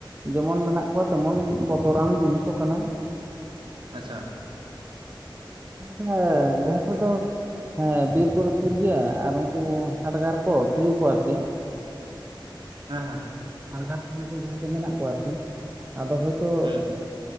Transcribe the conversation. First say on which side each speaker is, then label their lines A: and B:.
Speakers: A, on the right (about 25°); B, on the right (about 65°).
A: ᱡᱮᱢᱚᱱ ᱢᱮᱱᱟᱜ ᱠᱚᱣᱟ ᱛᱮᱢᱚᱱ ᱵᱚᱛᱚᱨᱟᱱ ᱡᱤᱱᱤᱥ ᱦᱚᱸ ᱠᱟᱱᱟ
B: ᱟᱪᱷᱟ
A: <unintelligible> ᱡᱟᱦᱟᱸ ᱠᱚᱨᱮ ᱫᱚ ᱦᱮᱸ ᱵᱤᱨ ᱠᱚᱨᱮ ᱥᱩᱨ ᱜᱮᱭᱟ ᱟᱨ ᱩᱱᱠᱩ ᱦᱟᱰᱜᱟᱨ ᱠᱚ ᱛᱩᱭᱩ ᱠᱚ ᱟᱨᱠᱤ <inaudible>
B: ᱦᱮᱸ ᱦᱮᱸ ᱾
A: ᱦᱟᱰᱜᱟᱨ ᱠᱚ <unintelligible> ᱡᱟᱦᱟᱸᱭ ᱠᱚ ᱢᱮᱱᱟᱜ ᱠᱚᱣᱟ ᱟᱨᱠᱤ, ᱟᱫᱚ ᱦᱳᱭᱛᱳ
B: ᱦᱮᱸ